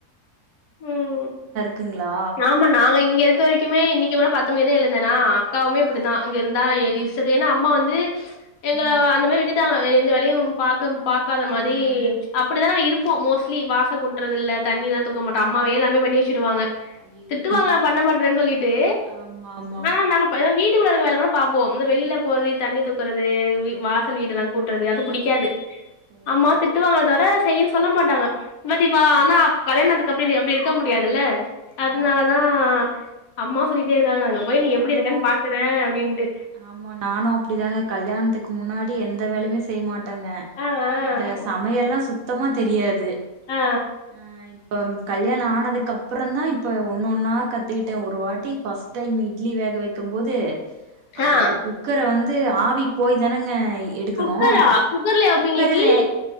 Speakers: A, on the left; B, on the right.
A: ம்
B: க்குங்ளா
A: ஆமா நாங்க இங்க இருக்க வரைக்குமே இன்னைக்கு கூட பத்து மணிக்குதா எழுந்தேனா அக்காவுமே இப்டிதா அங்கிருந்தா எது
B: ம்
A: இஷ்டத்து ஏனா அம்மா வந்து எங்கள
B: ம்
A: அந்த மாரி விட்டுட்டாங்க எந்த வேலயு பாக்க பாக்காத மாத்ரி
B: ஆ ஆ
A: அப்படிதா நம்ம இருப்போ மோஸ்ட்லி வாச கூட்றதில்ல தண்ணில்லா தூக்க மாட்டோ அம்மாவே எல்லாமே பண்ணி வெச்சுடுவாங்க
B: ஐயயோ
A: திட்டுவாங்க பண்ண மாட்டுறே சொல்லிட்டு
B: ஆமா ஆமா
A: ஆனா நாங்க ப வீட்டுக்குள்ள இருக்க வேல கூட பாப்போ இந்த வெளில போறது தண்ணி தூக்குறது வீ வாசல் வீடுல்லா கூட்றது அது புடிக்காது
B: ஓ
A: அம்மா
B: செரி
A: திட்டுவாங்க
B: செரி
A: தவர செய்யின்னு சொல்ல மாட்டாங்க <unintelligible> ஆனா
B: ஓ
A: கல்யாணத்து கப்பிடி அப்டி இருக்க முடியாதுல்ல அதனால
B: ஆமா ஆமாங்க
A: தா அம்மா சொல்லிட்டே இருக்காங்கங்க போய் நீ
B: நானு
A: எப்டி இருக்கன்னு பாக்குறே அப்டின்ட்டு
B: ஆமா நானு அப்டிதாங்க கல்யாணத்துக்கு முன்னாடி எந்த வேலையுமே செய்ய மாட்டங்க
A: ஆ ஆ
B: இந்த சமையல்லா சுத்தமா தெரியாது
A: ஆ
B: அ இப்பம் கல்யாண ஆனதுக்கப் பறந்தா இப்போ ஒன்னொன்னா கத்துக்கிட்ட ஒரு வாட்டி ஃபஸ்ட் டைம் இட்லி வேக வெக்கம்போது அந்த
A: ஆ
B: குக் கர வந்து ஆவி போய் தானங்க எடுக்கணு
A: குக்கரா குக்கர்லயா வப்பீங்க
B: குக்கருலே
A: இட்லி